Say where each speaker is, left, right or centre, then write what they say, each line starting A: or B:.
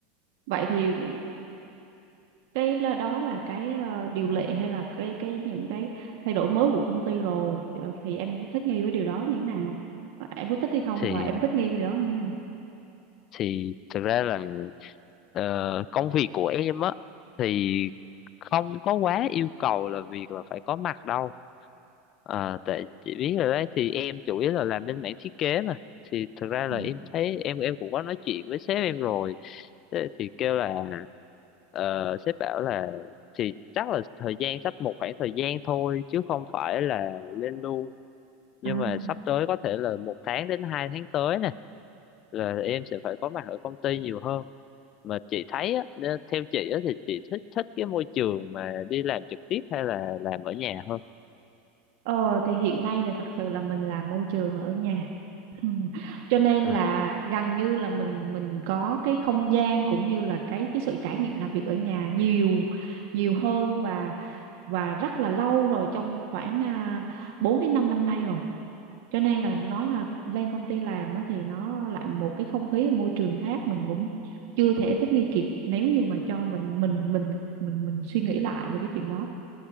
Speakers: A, on the right (about 70°); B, on the left (about 45°).
A: Vậy thì ừ, cái là đó là cái ờ, điều lệ hay là cái cái những cái thay đổi mới của công ty rồi Ờ, thì em thích nghi với điều đó như thế nào Ờ, em có thích hay không
B: thì
A: và em thích nghi với điều đó như thế nào
B: thì thực ra là ờ, công việc của em á thì không có quá yêu cầu là việc là phải có mặt đâu Ờ, tại chị biết rồi đấy thì em chủ yếu là làm bên mảng thiết kế mà thì thực ra
A: Ừ.
B: là em thấy em em cũng có nói chuyện với sếp em rồi Thế thì kêu là ờ, sếp bảo là thì chắc là thời gian sắp một khoảng thời gian thôi chứ không phải là lên luôn nhưng
A: à
B: mà sắp tới có thể là một tháng đến hai tháng tới nè là em sẽ phải có mặt ở công ty nhiều hơn mà chị thấy á, đe- theo chị á, thì chị thích thích cái môi trường mà đi làm trực tiếp hay là làm ở nhà hơn
A: ờ thì hiện nay thì thật sự là mình làm môi trường ở nhà Ừ. <laughs> cho nên
B: à,
A: là gần như là mình mình có cái không gian cũng như là cái cái sự trải nghiệm làm việc ở nhà nhiều nhiều hơn và và rất là lâu rồi trong khoảng uh, 4 đến 5 năm nay rồi cho nên là nói là lên công ty làm á, thì nó lại một cái không khí môi trường khác mình cũng chưa thể thích nghi kịp nếu như mà cho mình mình mình mình mình suy nghĩ lại về cái chuyện đó